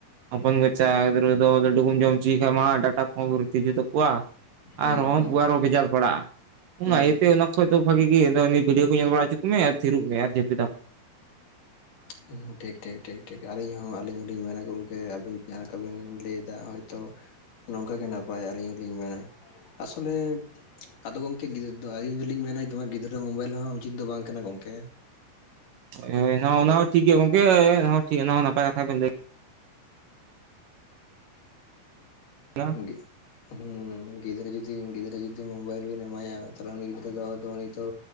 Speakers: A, on the right; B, on the left.
A: ᱦᱚᱯᱚᱱ ᱜᱟᱪᱟ ᱜᱤᱫᱽᱨᱟᱹ ᱫᱚ ᱞᱟᱹᱰᱩᱢ ᱡᱚᱢ ᱪᱩᱭᱤ ᱠᱷᱟᱡ ᱢᱟ ᱰᱟᱴᱟ ᱠᱩᱦᱚᱸ ᱨᱩᱪᱤ ᱡᱩᱜ ᱛᱟᱹᱠᱩᱣᱟ᱾
B: ᱦᱩᱸ
A: ᱟᱨ ᱦᱚᱸ
B: ᱦᱩᱸ
A: ᱵᱩᱣᱟᱨ ᱦᱚᱸ ᱵᱷᱮᱡᱟᱞ ᱯᱟᱲᱟᱜ-ᱟ ᱚᱱᱟ
B: ᱦᱩᱸ
A: ᱤᱭᱟᱹᱛᱮ ᱚᱱᱟ ᱠᱷᱚᱡ ᱫᱚ ᱵᱷᱟᱜᱤ ᱜᱮ ᱱᱤ ᱵᱷᱤᱰᱭᱳ ᱠᱩ ᱧᱮᱞ ᱵᱟᱲᱟᱼᱼ ᱡᱩᱠ ᱢᱮ ᱟᱨ ᱛᱷᱤᱨᱩᱜ ᱢᱮ ᱟᱨ ᱡᱟᱹᱯᱤ ᱫᱟᱢ᱾
B: ᱦᱩᱸ ᱴᱷᱮᱠ ᱴᱷᱮᱠ ᱴᱷᱮᱠ ᱴᱷᱮᱠ ᱟᱞᱤᱧ ᱦᱚᱸ ᱟᱹᱞᱤᱧ ᱦᱚ ᱸᱞᱤᱧ ᱢᱮᱱᱟ ᱜᱚᱝᱠᱮ ᱟᱵᱤᱱ ᱡᱟᱦᱟᱸ ᱞᱮᱠᱟ ᱵᱤᱱ ᱞᱟᱹᱭ ᱫᱟ ᱦᱚᱭ ᱛᱚᱼᱼ ᱱᱚᱝᱠᱟ ᱜᱮ ᱱᱟᱯᱟᱭ ᱦᱚᱸ ᱞᱤᱧ ᱢᱮᱱᱼᱟ ᱟᱥᱚᱞᱮ ᱟᱫᱚ ᱜᱚᱝᱠᱮ ᱜᱤᱫᱽᱨᱟᱹ ᱫᱚ ᱟᱞᱤᱧ ᱫᱚᱞᱤᱧ ᱢᱮᱱᱼᱟ ᱫᱚᱢᱮ ᱜᱤᱫᱽᱨᱟᱹ ᱦᱚᱸ ᱢᱳᱵᱟᱭᱤᱞ ᱦᱚᱸ ᱩᱪᱤᱛ ᱫᱚ ᱵᱟᱝ ᱠᱟᱱᱟ ᱜᱟᱝᱠᱮ᱾
A: ᱦᱳᱭ ᱦᱚᱭ ᱚᱱᱟ ᱚᱱᱟ ᱦᱚᱸ ᱴᱷᱤᱠ ᱜᱮᱭᱟ ᱜᱚᱝᱠᱮ ᱚᱱᱟ ᱦᱚᱸ ᱴᱷᱤᱠ ᱚᱱᱟ ᱦᱚᱸ ᱱᱟᱯᱟᱭ ᱠᱟᱛᱷᱟ ᱵᱮᱱ ᱞᱟᱹᱭ ᱠᱮᱫᱟ
B: ᱦᱩᱸ ᱜᱤᱜ ᱦᱩᱸ ᱜᱤᱫᱽᱨᱟᱹ ᱡᱩᱫᱤᱢ ᱜᱤᱫᱽᱨᱟᱹ ᱡᱩᱫᱤ ᱡᱩᱫᱤ ᱢᱩᱵᱟᱭᱤᱞ ᱵᱤᱱ ᱮᱢᱟ ᱭᱟ ᱛᱟᱞᱦᱮ ᱩᱱᱤ ᱜᱤᱫᱽᱨᱟᱹ ᱫᱚ ᱟᱫᱚ ᱩᱱᱤ ᱛᱚ